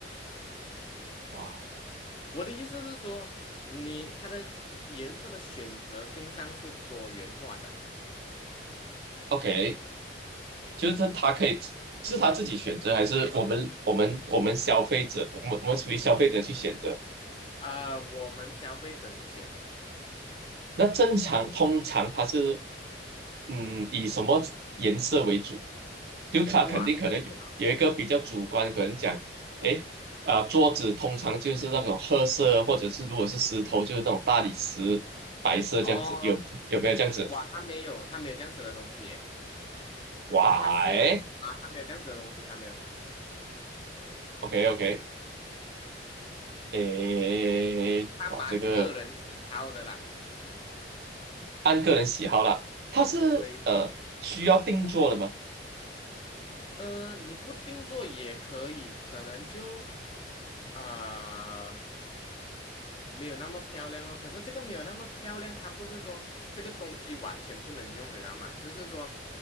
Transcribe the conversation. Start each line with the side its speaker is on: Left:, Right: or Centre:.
Right: 哇
Left: 我的意思是说，你它的颜色的选择性上是多元化的，
Right: ，OK，就是他他可以是他自己选择，还是我们我们我们消费者，我们我们属于消费者去选择？
Left: 呃，我们消费者去选。
Right: 那正常通常它是嗯以什么颜色为主？就它肯定可能有一个比较主观，
Left: 哇，这个
Right: 可能讲，诶，啊、桌子通常就是那种褐色，或者是如果是石头就是那种大理石白色这样子，
Left: 哦，
Right: 有有没有这样子？
Left: 哇，它没有，它没有这样子的东西耶，
Right: 哇，
Left: 它是啊，
Right: 诶
Left: 它没有这样子的东西，它没有。
Right: o k OK，诶，
Left: 它蛮个人挑的啦，
Right: 哇，这个按个人喜好啦，它是呃需要定做的吗？
Left: 对，呃，你不定做也可以，可能就呃没有那么漂亮咯。可是这个没有那么漂亮，它不是说这个东西完全不能用，你知道吗？就是说